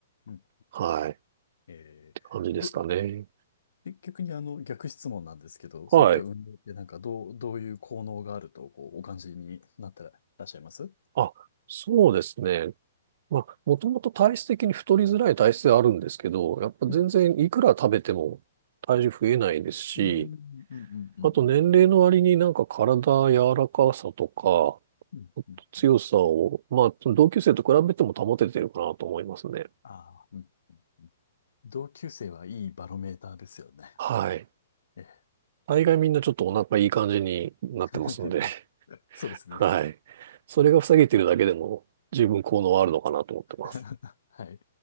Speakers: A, on the left; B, on the right.
A: うん
B: はい。
A: えー、
B: 感じですかね。
A: ど、で逆にあの逆質問なんですけど、
B: はい。
A: そういった運動ってなんかどう、どういう効能があるとこうお感じになってらっしゃいます
B: あ、そうですね。まあ、もともと体質的に太りづらい体質ではあるんですけど、やっぱ全然いくら食べても体重増えないですし、
A: うん、うん、うん、うん、うんうん。
B: あと年齢の割になんか体柔らかさとか
A: うんうんうん
B: 強さを、まあ、同級生と比べても保ててるかなと思いますね。
A: ああ、うん。うん同級生はいいバロメーターですよね。
B: はい。
A: ええ
B: 大概みんなちょっとお腹いい感じになってますんで、
A: <laughs> そうですね。
B: <laughs> はい。それが塞げてるだけでも十分効能はあるのかなと思ってます。
A: <laughs> はい。